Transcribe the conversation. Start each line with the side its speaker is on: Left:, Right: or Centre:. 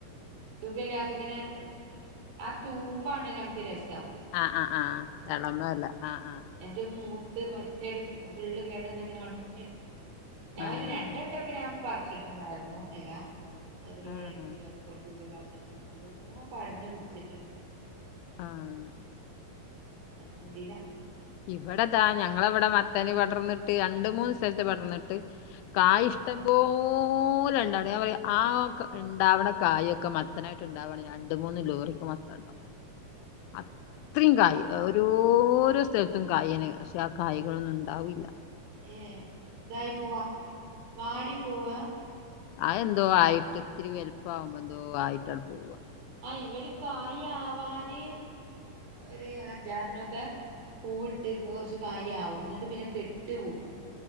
Right: സുഖല്ലാത ഇങ്ങനെ ആ തൂമ്പാണല്ലോ നമുക്ക് രസം
Left: ആഹ് ആഹ് ആഹ്എളമ എല ആഹ് ആഹ്
Right: എന്റെ മൂത്ത് പറ്റ എടു ഫുള്ള് കേടന്ന് അങ്ങനെ ഒണങ്യട് പോയി
Left: ആഹ്
Right: ഞ ഒരു രണ്ടട്ടക്കെ ഞാൻ പറിച്ചട് ണ്ടായിരുന്നു എല <unintelligible>
Left: ആഹ് ആഹ്
Right: നല്ലോ പടന്ന് പിടിച്ചിട്ടുണ്ടായി
Left: ആഹ്
Right: അയിന്റുള്ളില
Left: ഇവടെതാ ഞങ്ങളവിടെ മത്തനിപ പടർന്നിട്ട് യണ്ട് മൂന്ന് സ്ഥലത്ത് പടർന്നിട്ട് കായ് ഇഷ്ടംപോലെ ണ്ടാവണ് ഞാൻ പറയാ ആകൊ ണ്ടാവണ കായൊക്കെ മത്തനായിട്ട് ണ്ടാവാണേ രണ്ട് മൂന്ന് ലോറിക്കും മത്തംണ്ടാവ അത്രിമ് കായ് ഓരോരോ സ്ഥലത്ത തും കായെന്ന ക്ഷേ ആ കായകളൊന്നും ണ്ടാവില്ല
Right: ഏ ഇതായി പ്പോവ വാടി പോവ
Left: അഹ് എന്തോ ആയിട്ട് ത്തിരി വല്പ്പ ആഉമ്പൊ എന്തോ ആയിട്ടട് പോവാ
Right: ആ ഇവിടിം കായ ആവാന് ഒരു അഞ്ചാറിനൊക്കെ പൂ ഇട്ട് കുറച്ച് കായ് ആവും എന്നട്ട് പിന്നെ കെട്ട്പോവ